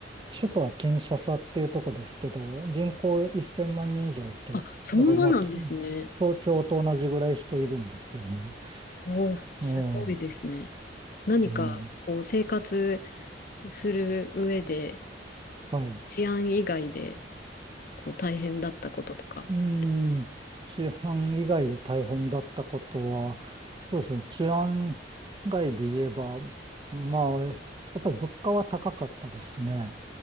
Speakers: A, on the right; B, on the left.
A: 首都はキンシャサっていうとこですけど、人口1000万人以上いて、
B: あ、あそんななんですね。
A: だからまあ、東京と同じぐらい人いるんですよね。
B: おー、すごいですね。
A: うん、う
B: 何かこう生活
A: ん、
B: する上で
A: はい。
B: 治安以外で、こう、大変だったこととかある。
A: うん、治安以外で大変だったことは、そうですね、治安外で言えば、まあ、やっぱり物価は高かったですね。